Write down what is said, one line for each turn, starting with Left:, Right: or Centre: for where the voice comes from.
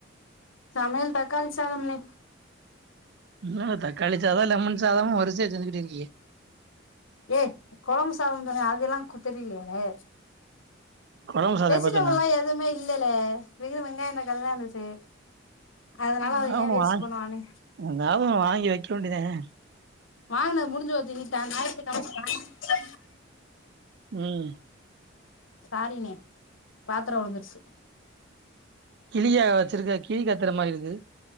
Left: சமையல் தக்காளி சாதம் ண்ணே
Right: ம் தக்காளி சாதொ லெமன் சாதொ வருசையா சொல்லிக்கிட்டே இருக்கியே
Left: ஏ கொழம்பு சாதம்ன் சொன்னே அதெல்லா கு தெரிய்லயாண்ணே
Right: குழம்பு சாதம்
Left: வெஜிடபுள்லா
Right: எப்ப சொன்ன
Left: எதுவுமே இல்லெல வெறு வெங்காயந் தக்காளி தா இருந்துச்சு அதனால
Right: எதாவ்து
Left: அத ஏ வேஸ்ட்
Right: வாங்கி
Left: பண்ணுவானே
Right: எதாவ்து வாங்கி வைக்க வேண்டியதான
Left: வாங்குனது முடிஞ்சு போச்சு இனிதா <unintelligible>
Right: ம்
Left: சாரிண்ணே பாத்தரொ உழுந்துருச்சு
Right: கிளியா வச்சிருக்க கிளி கத்துற மாரி இருக்கு